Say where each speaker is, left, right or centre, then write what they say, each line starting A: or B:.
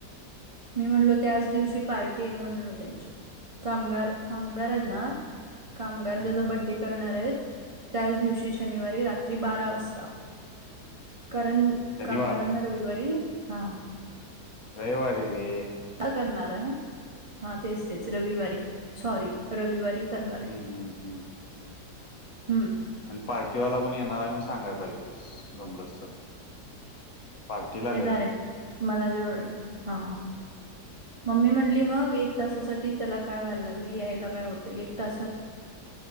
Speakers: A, on the right (about 45°); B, on the left (about 65°).
A: मी म्हणलो, त्याच दिवशी पार्टीय, म्हणलो. त्यांची. कामगार, कामगारयत ना. कामगार
B: हम्म.
A: त्याजा बर्थडे <unintelligible> करणारयत. त्याच दिवशी, शनिवारी रात्री बारा वाजता. कारण,
B: शनिवार
A: कामगारांना रविवारी, हा.
B: रविवारी रे.
A: करणार ना. हा तेच तेच रविवारी. सॉरी. रविवारी करणारयत.
B: हम्म हम्म हम्म
A: हम्म.
B: आणि पार्टीवाला पण येणाराय, मनून सांगाय पाहिजे होतीस. जमलंस तर. पार्टीला
A: ये,
B: ग
A: जा रे. मला जेव हा मम्मी म्हणली मग, एक तासासाठी त्याला काय व्हायला लागलं. यायला काय होतंय, एक तासात.